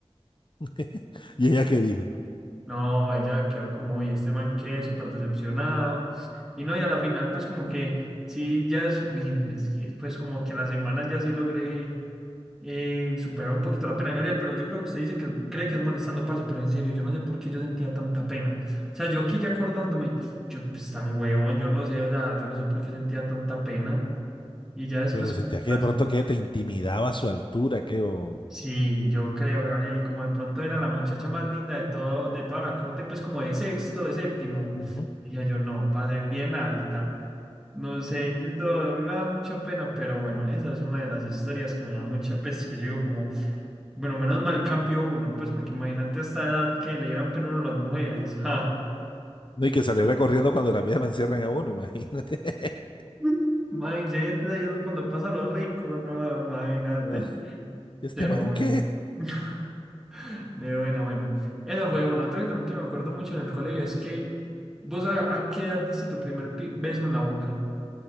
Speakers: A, on the left; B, in the centre.
A: <laughs> ¿Y ella qué dijo?
B: No, ella quedó como, y este man qué, súper decepcionada Y no, y a la final, pues como que sí, ya es, uy, es que, pues como que a la semana ya sí logré eh, superar un poquito la pena, Gabriel, pero yo creo que usted dice que cree que es molestando, parce, pero en serio, yo no sé por qué yo sentía tanta pena. O sea, yo aquí ya acordándome, yo, pues tan huevón, yo no sé, o sea, yo no sé por qué sentía tanta pena. Y ya después,
A: Pero
B: como
A: sentía
B: que
A: que
B: la-
A: de pronto que te intimidaba su altura, que o...
B: Sí, yo creo, Gabriel, y como de pronto era la muchacha más linda de todo, de toda la corte, pues como de sexto, de séptimo,
A: Ujú.
B: dije yo, no, pasé bien alta. No sé, yo- no, a mí me da mucha pena, pero bueno, esa es una de las historias que me da mucha, pues que yo digo como, bueno, menos mal cambió uno, pues porque imagínate a esta edad que le dieran pena a uno a las mujeres, ja.
A: No, y que saliera corriendo cuando las vieja la encierran a uno, imagínate. <laughs>
B: <laughs> Imagínate, ahí es cuando pasa lo rico, no, imagínate.
A: No, ¿Este
B: Pero
A: man
B: bueno.
A: qué?
B: <laughs> De buena, bueno. Eso fue uno. Otro que también que me acuerdo mucho en el colegio es que vos a, a qué edad diste tu primer pi- beso en la boca.